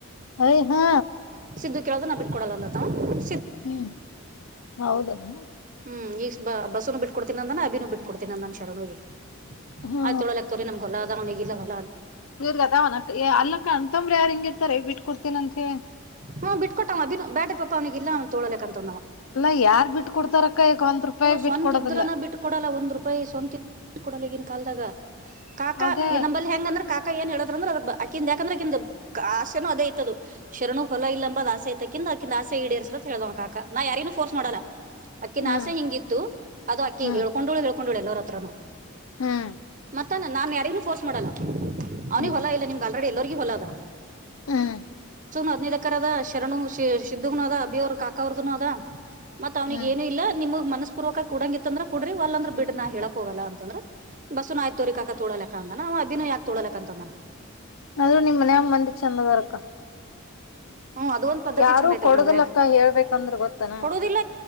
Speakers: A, on the left; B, on the right.
A: ಅಯ್ ಹಾ.
B: ಸಿದ್ದುಗ ಕೇಳಿದ್ರ ಬಿಟ್ಕೊಡಲ್ಲ ಅಂದಂತ ಅವ.
A: ಹ್ಮ್ ಹೌದನ.
B: ಹ್ಮ್ ಈಗ ಬಸ್ಸನು ಬಿಟ್ ಕೊಡ್ತೀನ ಅಂದಾನ ಅಭಿನು ಬಿಟ್ ಕೊಡ್ತಿನಿ ಅಂದಾನ್ ಶರಣುಗೆ.
A: ಹಾ
B: ಆಯ್ತ ತೊಗೊರಿ ಆಗ್ತವರ ನಮ್ಗ ಹೊಲ್ಲ ಅದ ಅವನಿಗೆಲ್ಲ ಹೊಲ -
A: ಇವ್ರಿಗೆ ಅದಾವನ ಅಕ್ಕ ಅಲ್ಲಕ್ಕ ಅಣ್ಣತಮ್ಮಂದಿರ ಯಾರ ಹಿಂಗಿರ್ತಾರ ಬಿಟ್ ಕೊಡ್ತೀನಂತ ಹೇಳಿ
B: ಹಾ ಬಿಟ್ ಕೊಟ್ಟವ್ ಅಬಿ ಬೆಡ್ರಿ ಪಪ್ಪಾ ಅವ್ರಿಗ ಇಲ್ಲ ಅವ್ ತೊಳೋಲಾಕ್ಕ ಅಂದ ಅವ. <inaudible>
A: ಅಲ್ಲಾ ಯಾರ್ ಬಿಟ್ ಕೊಡ್ತಾರಕ್ಕ ಈಗ ಒಂದ್ ರೂಪಾಯಿ
B: ಸ್ವಂತ
A: ಬಿಟ್ ಕೊಡೋದಿಲ್ಲ
B: ಇದ್ರನ ಬಿಟ್ಕೊಡಲ್ಲ ಒಂದ್ ರೂಪಾಯಿ ಸ್ವಂತ. ಬಿಟ್ಟಕೊಡಲ್ಲ ಈಗಿನ್ ಕಾಲದಾಗ ಕಾಕಾ
A: ಅದೇ
B: ಈ ನಂಬಲ್ಲಿ ಹೆಂಗ ಅಂದ್ರೆ ಕಾಕಾ ಏನ್ ಹೇಳದ್ರ ಅಂದ್ರೆ ಅದ ಇಕಿಂದ ಯಾಕಂದ್ರ ಇಕಿಂದ ಆಸೆನೂ ಅದೇ ಇತ್ತದು. ಶರಣು ಹೊಲ ಇಲ್ಲಂಬ ಅ ಆಸೆಐತಕಿ ಅಕಿಂದ ಆಸೆ ಈಡೇರ್ಸಲತ್ ಹೇಳ್ದವನ ಕಾಕಾ ನಾ ಯಾರ್ಗೂ ಫೋರ್ಸ್ ಮಾಡಲ್ಲ. ಅಕ್ಕಿನ
A: ಹ್ಮ್
B: ಆಸೆ ಹಿಂಗಿತ್ತು ಅದು ಅಕ್ಕಿ
A: ಹ್ಮ್
B: ಹೇಳ್ಕೊಂಡುಳು ಹೇಳ್ಕೊಂಡುಳು ಎಲ್ಲರ ಹತ್ರನು.
A: ಹ್ಮ್
B: <inaudible> ನಾನ್ ಯಾರಿಗೂ ಫೋರ್ಸ್ ಮಾಡಲ್ಲ ಅವ್ನಿಗೆ
A: ಹ್ಮ್
B: ಹೊಲ ಇಲ್ಲ ನಿಮ್ಗೆ ಆಲ್ರೆಡಿ ಎಲ್ಲರಿಗು ಹೊಲ ಅದ.
A: ಹ್ಮ್
B: ಹದ್ನೈದ ಎಕರ್ ಅದ ಶರಣು ಶಿದ್ದುಗ್ನು ಅದ ಅಭಿ ಅವ್ರ ಕಾಕಾ ಅವ್ರದನು ಅದ. ಮತ್ ಅವನಿಗೆ
A: ಹ್ಮ್
B: ಏನು ಇಲ್ಲ ನಿಮಗ್ ಮನಸ್ <inaudible> ಕುಡಂಗಿತ್ತಂದ್ರ ಕುಡರಿ ಒಳ್ಳ ಅಂದ್ರ ಬಿಡ್ರಿ ನಾ ಹೇಳಕ್ ಹೋಗಲ್ಲ ಅಂದ್ರ ಬಸನು ಆತ್ ತೊಗೊರಿ ಕಾಕ ತೊಗೊಳಕ ಅಂದನ. ಅಭಿನೂ ಯಾಕೆ ತೊಗೋಳೋಲಕ್ಕ ಅಂತ ಅಂದಾನ.
A: ಅಂದ್ರು ನಿಮ್ ಮನ್ಯಾಗ ಮಂದಿ ಚಂದ ಅದಾರಕ್ಕ.
B: ಹ್ಮ್ ಅದ ಒಂದ್ ಪದ್ದತಿ
A: ಯಾರು
B: ಚೆಂದ ಐತವ
A: ಕೊಡುದಿಲ್ಲಕ್ಕ
B: ನಮ್ಮ ಮನಾಗ
A: ಹೇಳ್ಬೇಕಂದ್ರ ಗೊತ್ತನ
B: ಕೊಡುದಿಲ್ಲ